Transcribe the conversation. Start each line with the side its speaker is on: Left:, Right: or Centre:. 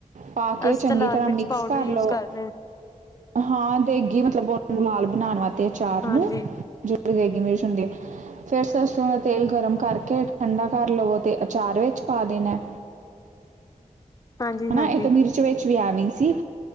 Right: ਪਾ ਕੇ
Left: ਅਸੀਂ
Right: ਚੰਗੀ
Left: ਤਾਂ ਲਾਲ
Right: ਤਰ੍ਹਾਂ
Left: ਮਿਰਚ
Right: ਮਿਕਸ
Left: ਪਾਊਡਰ
Right: ਕਰ
Left: ਯੂਜ
Right: ਲਓ।
Left: ਰਹੇ ਹਾਂ
Right: ਹਾਂ ਦੇਗੀ ਮਤਲਬ ਬਹੁਤ ਨਾਲ ਬਣਾਉਣ ਅਚਾਰ ਨੂੰ
Left: ਹਾਂਜੀ
Right: ਜੋ ਵੀ ਦੇਗੀ ਮਿਰਚ ਹੁੰਦੀ। ਫਿਰ ਸਰਸੋਂ ਦਾ ਤੇਲ ਗਰਮ ਕਰਕੇ ਠੰਡਾ ਕਰ ਲਵੋ ਤੇ ਅਚਾਰ ਵਿੱਚ ਪਾ ਦੇਣਾ।
Left: ਹਾਂਜੀ
Right: ਹਨਾ
Left: ਹਾਂਜੀ
Right: ਇੱਕ ਤਾਂ ਮਿਰਚ ਵਿੱਚ ਵੀ ਆ ਗਈ ਸੀ।